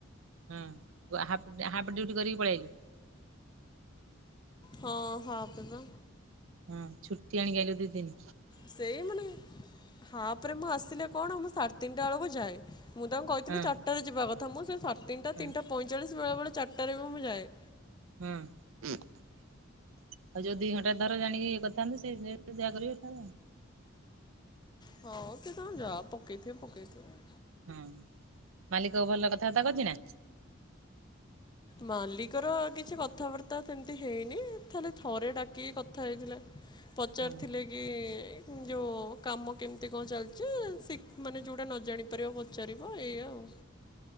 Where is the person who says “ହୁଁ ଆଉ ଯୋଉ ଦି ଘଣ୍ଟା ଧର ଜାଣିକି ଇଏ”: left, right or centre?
Right